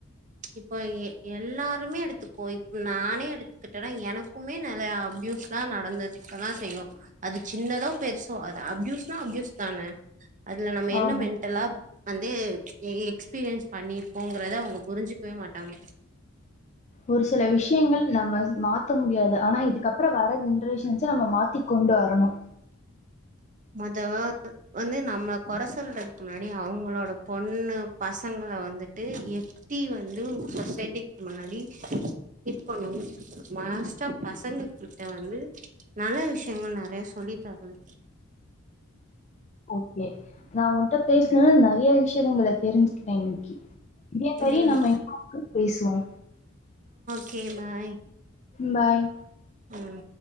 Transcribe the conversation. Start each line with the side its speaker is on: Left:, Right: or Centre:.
Right: இப்ப எ எல்லாருமே எடுத்துக்கோ இப் நானே எடுத்துக்குட்டனா எனக்குமே நலயா அப்யூஸ் லா நடந்துர்கதா செய்யு அது சின்னதோ பெருசோ அது அப்யூஸ்னா அப்யூஸ் தான அதுல நம்ம என்ன
Left: ஆமா
Right: மெண்ட்டலா வந்து எ எக்ஸ்பீரியன்ஸ் பண்ணிற்ப்போங்றத அவுங்க புரிஞ்சுக்வே மாட்டாங்க
Left: ஒரு செல விஷ்யங்கள் நம்மள் மாத் த்த முடியாது ஆனா இதுக்கப்பற வர ஜென்ரேஷ் ஞ்ச நம்ம மாத்தி கொண்டு வரனு
Right: மொதோ வந்து நம்ம கொற சொல்றதுக் முன்னாடி அவுங்களோட கண்ணு பசங்ள வந்துட்டு எப்டி வந்து சொசைட்டிக் முன்னடி இப்பொழுது மாஸ்ட்டா பசங்க கிட்ட வந்து நல்ல விஷ்யங்கள் நறைய சொல்லி தரனு
Left: ஔகே நா ஒன் ட்ட பேஸ்னுல நறியா விஷ்‌ டிவிங்கிள தெரிஞ்சுக்கிட்ட இன்னிக்கி கோயி
Right: ம்
Left: நம்ம <inaudible> பேசுவோ
Right: கே பாய்
Left: பாய்
Right: ம்